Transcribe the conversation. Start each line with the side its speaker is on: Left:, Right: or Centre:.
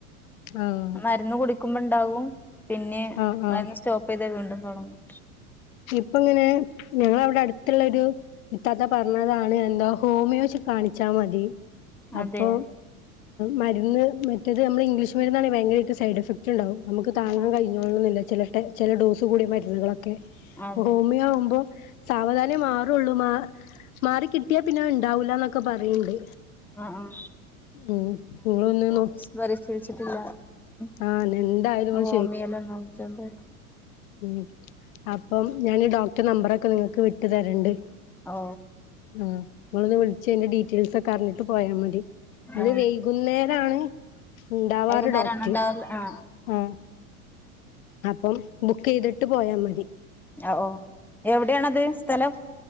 Left: ആഹ്
Centre: മരുന്ന് കുടിക്കുമ്പോ ഉണ്ടാവും പിന്നെ
Left: ആഹ് ആഹ്
Centre: മരുന്ന് സ്റ്റോപ്പ് ഇപ്പൊ ഇതേ വീണ്ടും തുടങ്ങും
Left: ഇപ്പ എങ്ങനെ ഞങ്ങളവിടെ അടുത്തുള്ളൊരു ഇത്താത്തെ പറഞ്ഞതാണ് എന്താ ഹോമിയോ കാണിച്ചാ മതി അപ്പൊ
Centre: അതെ
Left: മരുന്ന് മറ്റേത് നമ്മള് ഇംഗ്ലീഷ് മരുന്നാണെങ്കിൽ ഭയങ്കരമായിട്ട് സൈഡ് എഫക്ട് ഇണ്ടാവും നമുക്ക് താങ്ങാ
Centre: ആ
Left: കഴിഞ്ഞഞോളണന്നില്ല ചെല ടൈ ചെല ഡോസ് കൂടിയ മരുന്നുകളൊക്കെ
Centre: അതെ
Left: ഹോമിയോ ആവുമ്പോ സാവധാനേ മാറുള്ളൂ മാ മാറിക്കിട്ടി കിട്ടിയ പിന്നെ ഉണ്ടാവൂലന്നൊക്കെ പറയണ്ട്
Centre: ആ ആ
Left: ഉം നിങ്ങള് ഒന്ന് നോ
Centre: വരേം ചികിത്സിച്ചിട്ടില്ല ഉം
Left: ആഹ് എന്തായാലും നിങ്ങൾ
Centre: ഹോമിയോലൊന്ന് <unintelligible> <inaudible>
Left: ഉ അപ്പം ഞാന് ഡോക്ടർടെ നമ്പറൊക്കെ നിങ്ങൾക്ക് വിട്ടു തരണ്ട്
Centre: ഓ
Left: ഊം നിങ്ങളൊന്ന് വിളിച്ച് അയിന്റെ ഡീറ്റെയിൽസൊക്കെ അറിഞ്ഞിട്ട് പോയാ മതി.. അത്
Centre: ആ
Left: വൈകുന്നേരാണ് ഉണ്ടാവാറ്
Centre: വൈകുന്നേരാണോ
Left: ഡോക്ടറ്
Centre: ഉണ്ടാവല് ആ
Left: ഊം അപ്പം ബുക്ക് ചെയ്തിട്ട് പോയാ മതി
Centre: ആ ഓ എവിടെയാണത് സ്ഥലം